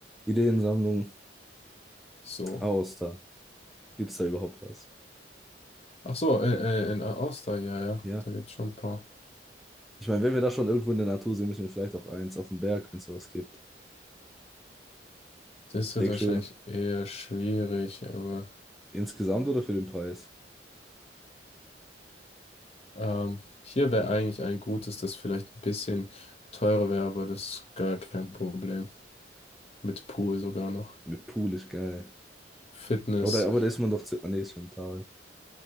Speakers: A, in the centre; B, on the left.
A: Ideensammlung
B: So.
A: aus da. Gibt es da überhaupt was?
B: Ach so, äh, äh, in All-Star, ja, ja.
A: Ja.
B: Da gibt es schon ein paar.
A: Ich meine, wenn wir da schon irgendwo in der Natur sind, müssen wir vielleicht auch eins auf dem Berg, wenn es sowas gibt.
B: Das
A: Denkst
B: wird wahrscheinlich
A: du,
B: eher schwierig, aber
A: insgesamt oder für den Preis?
B: ähm, hier wäre eigentlich ein gutes, das vielleicht ein bisschen teurer wäre, aber das ist gar kein Problem. Mit Pool sogar noch.
A: Mit Pool ist geil.
B: Fitness
A: Aber da, aber da ist man doch zu. Ah, nee, ist im Tal.